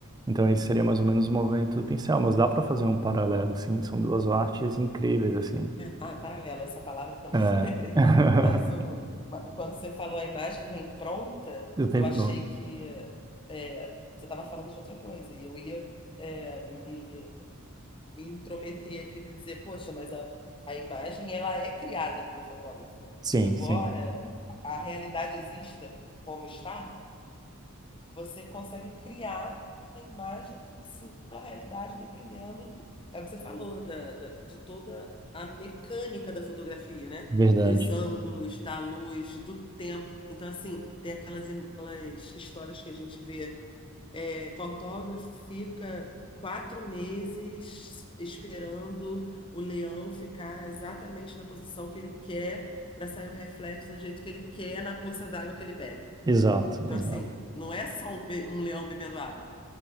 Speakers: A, on the right (about 20°); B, on the left (about 25°).
A: Então, esse seria mais ou menos o movimento do pincel, mas dá para fazer um paralelo, sim. São duas artes incríveis, assim.
B: Ah, é paralelo, essa palavra que eu
A: É.
B: não, <laughs> não lembrei.
A: <laughs>
B: Mas o, quando você falou a imagem vem pronta,
A: Bem
B: eu
A: pronto.
B: achei que é, você estava falando de outra coisa e eu ia é, me me intrometer aqui para dizer, poxa, mas a, a imagem ela é criada pelo fotógrafo, né?
A: Sim,
B: Embora
A: sim,
B: a realidade exista como está, você consegue criar uma imagem em cima da realidade, dependendo, é o que você falou, da, da- de toda a mecânica da fotografia, né?
A: verdade.
B: Dos ângulos, da luz, do tempo. Então, assim, tem aquelas, aquelas histórias que a gente vê fotógrafo fica quatro meses esperando o leão ficar exatamente na posição que ele quer para sair o reflexo do jeito que ele quer na poça d'água que ele bebe.
A: Exato,
B: Então,
A: exato,
B: assim, não é só um, be- um leão bebendo água,